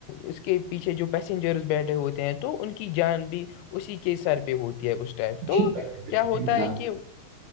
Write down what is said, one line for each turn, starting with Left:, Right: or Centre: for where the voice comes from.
Left: اس کے پیچھے جو پیسنجرس بیٹھے ہوتے ہیں تو ان کی جان بھی اسی کے سر پہ ہوتی ہے اس ٹائپ تو
Right: جی بھائی جان،
Left: کیا ہوتا ہے کہ